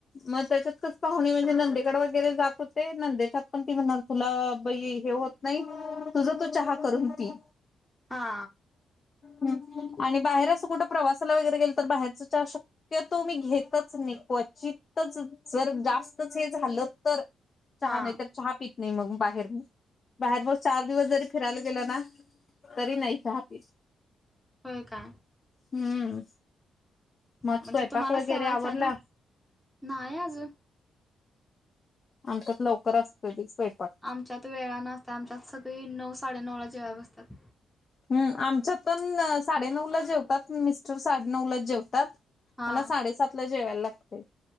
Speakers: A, on the left; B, in the centre.
A: मग त्याच्यात कच पाहुणे म्हणजे नंदेकड वगैरे जात होते नंदेच्यात पण ती म्हणणार तुला बई हे होत नाही तुझ तू चहा करून ती.
B: हा.
A: हं आणि बाहेर असं कुठं प्रवासाला वगैरे गेल तर बाहेरच चहा शक ते तो मी घेतच नाही क्वचितच जर जास्तच हे झालं तर. चहा
B: हा
A: नाही तर चहा पित नाही मग बाहेर बाहेर मग चार दिवस जरी फिरायला गेलं ना. तरी नाही चहा पित.
B: होय का.
A: हम्म. मग
B: म्हणजे
A: स्वयंपाक
B: तुम्हाला
A: वगैरे
B: सवयच
A: आवरला
B: आहे ना, नाही अजून.
A: आमचात लवकर असत ती स्वयंपाक.
B: आमच्यात वेळा नसत आमच्यात सगळी नऊ साडेनऊला जेवायला बसतात.
A: हम् आमच्यात पण साडेनऊला जेवतात मिस्टर साडेनऊ ला जेवतात.
B: हा
A: मला साडेसातला जेवायला लागतं